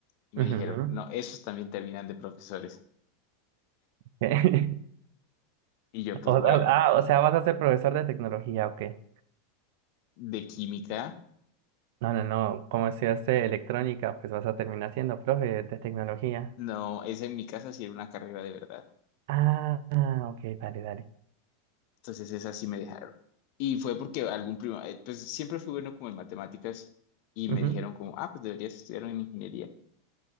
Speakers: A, on the left (about 50°); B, on the right (about 55°).
A: y me
B: Ujú.
A: dijeron, no, esos también terminan de profesores.
B: Ok. <laughs>
A: Y yo pues
B: O-
A: bueno,
B: ah, ah, o sea, vas a ser profesor de tecnología, ¿o qué?
A: de química,
B: No, no, no, como estudiaste electrónica, pues vas a terminar siendo profe de tecnología.
A: no, esa en mi casa sí era una carrera de verdad.
B: Ah, ah, ok, dale, dale.
A: Entonces esas sí me dejaron. Y fue porque algún primo, eh, pues siempre fui bueno como en matemáticas y me
B: Ujú,
A: dijeron como, ah, pues deberías estudiar en ingeniería.